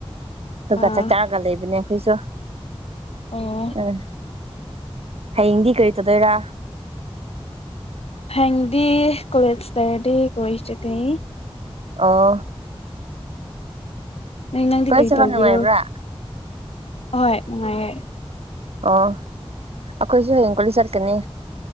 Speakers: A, on the right; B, on the left.
A: ꯑꯗꯨꯒ
B: ꯑꯥ
A: ꯆꯥꯛ ꯆꯥꯛꯑꯒ ꯂꯩꯕꯅꯦ ꯑꯩꯈꯣꯏꯁꯨ
B: ꯑꯣ
A: ꯎꯝ ꯍꯌꯦꯡꯗꯤ ꯀꯔꯤ ꯇꯧꯗꯣꯏꯔꯥ
B: ꯍꯪꯗꯤ ꯀꯣꯂꯁꯇꯔꯗꯤ ꯀꯣꯏꯁ ꯆꯀꯅꯤ
A: ꯑꯥ
B: ꯅꯪ ꯅꯪꯗꯤ
A: ꯀꯣꯂꯦꯖ
B: ꯀꯔꯤ
A: ꯆꯠꯄ
B: ꯇꯧꯕꯤꯔꯣ
A: ꯅꯨꯡꯉꯥꯏꯕ꯭ꯔꯥ
B: ꯑꯍꯣꯏ ꯅꯨꯡꯉꯥꯏꯔꯦ
A: ꯑꯣ ꯑꯩꯈꯣꯏꯁꯨ ꯍꯌꯦꯡ ꯀꯣꯂꯤ ꯆꯠꯛꯀꯅꯤ